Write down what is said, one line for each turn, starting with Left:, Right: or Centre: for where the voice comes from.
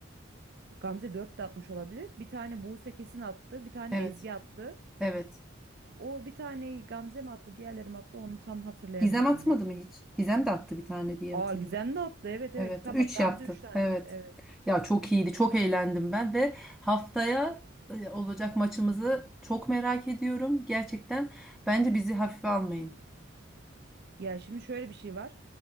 Right: Gamze 4 de atmış olabilir. Bir tane Buse kesin attı. Bir tane
Centre: Evet.
Right: Ezgi attı.
Centre: Evet.
Right: O bir taneyi Gamze mi attı, diğerleri mi attı onu tam hatırlayamıyorum
Centre: Gizem atmadı
Right: net.
Centre: mı hiç? Gizem de attı bir tane diye
Right: Aa
Centre: hatırlıyorum.
Right: Gizem de attı. Evet evet
Centre: Evet.
Right: tamam
Centre: üç
Right: Gamze
Centre: yaptı.
Right: 3 tane
Centre: Evet.
Right: attı. Evet.
Centre: Ya çok iyiydi. Çok eğlendim ben ve haftaya e, olacak maçımızı çok merak ediyorum. Gerçekten bence bizi hafife almayın.
Right: Ya şimdi şöyle bir şey var.